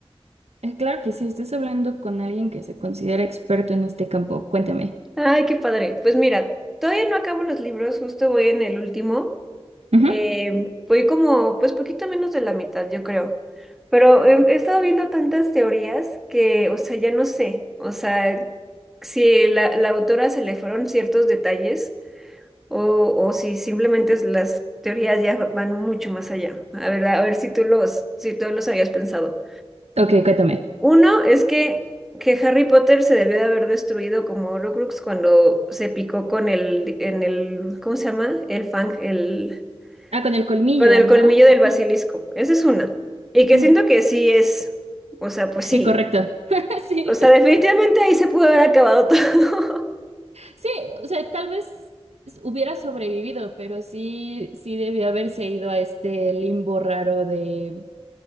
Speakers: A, on the right (about 85°); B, in the centre.
A: Eh, claro que sí, estás hablando con alguien que se considera experto en este campo. Cuéntame.
B: <laughs> Ay, qué padre. Pues mira, todavía no acabo los libros, justo voy en el último.
A: Ujú.
B: Eh, voy como, pues poquito menos de la mitad, yo creo. Pero em, he estado viendo tantas teorías que, o sea, ya no sé. O sea, si la, la autora se le fueron ciertos detalles. o, o si simplemente es- las teorías ya van mucho más allá. A ver, a ver si tú los, si tú los habías pensado.
A: Ok, cuéntame.
B: Uno es que, que Harry Potter se debió de haber destruido como Horcrux cuando se picó con el, en el, ¿cómo se llama? El fang, el,
A: Ah, con el colmillo,
B: con el
A: ¿no?
B: colmillo del
A: Ajá.
B: basilisco. Esa es una. Y que
A: Ujú.
B: siento que sí es, o sea, pues
A: Sí,
B: sí.
A: correcto. <laughs> Sí,
B: O sea, definitivamente ahí se pudo haber acabado todo. <laughs>
A: sí, o sea, tal vez s- hubiera sobrevivido, pero sí, sí debió haberse ido a este limbo raro de